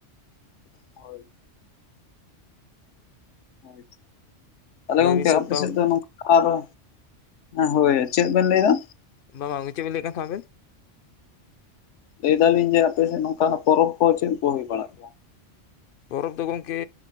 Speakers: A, on the left; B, on the left.
A: ᱦᱳᱭ᱾ ᱦᱳᱭ ᱛᱟᱦᱞᱮ ᱜᱚᱝᱠᱮ
B: ᱢᱤᱫ ᱥᱚᱯᱛᱟᱦᱚ
A: ᱟᱯᱮ ᱥᱮᱫ ᱫᱚ ᱱᱚᱝᱠᱟ ᱫᱚ, ᱦᱳᱭ ᱪᱮᱫ ᱵᱮᱱ ᱞᱟᱹᱭ ᱫᱟ?
B: ᱵᱟ ᱵᱟᱝ ᱪᱮᱫ ᱵᱤᱱ ᱞᱟᱹᱭ ᱠᱟᱱ ᱛᱟᱦᱮᱸ ᱟᱵᱮᱱ?
A: ᱞᱟᱹᱭ ᱫᱟᱞᱤᱧ ᱡᱮ ᱟᱯᱮᱥᱮᱫ ᱱᱚᱝᱠᱟᱱᱟᱜ ᱯᱚᱨᱚᱵ ᱠᱚ ᱪᱮᱫ ᱠᱚ ᱦᱩᱭ ᱵᱟᱲᱟᱜ-ᱟ?
B: ᱯᱚᱨᱚᱵ ᱫᱚ ᱜᱚᱝᱠᱮ